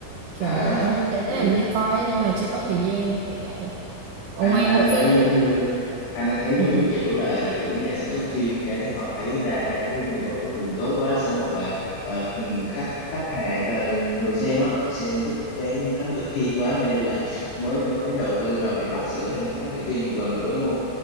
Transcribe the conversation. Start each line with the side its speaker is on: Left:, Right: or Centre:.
Right: kiểu
Left: À
Right: em cũng tính
Left: hiểu.
Right: là đi coi ấy, nhưng mà chưa có thời gian kiểu vậy ở
Left: anh
Right: ngoài
Left: anh
Right: bộ
Left: đang thấy
Right: phim
Left: giống như anh đang thấy
Right: ừ,
Left: giống
Right: ừ.
Left: như kiểu là kiểu nhà sản xuất phim cái họ thấy ra cái người vợ cuối cùng tốt quá xong hoặc là ờ, ừ, khách khách hàng ờ, người xem á họ xem thích cái thám tử Kiên quá nên là mới mới đầu tư vào để vắt sữa thêm thám tử Kiên một lần nữa đúng không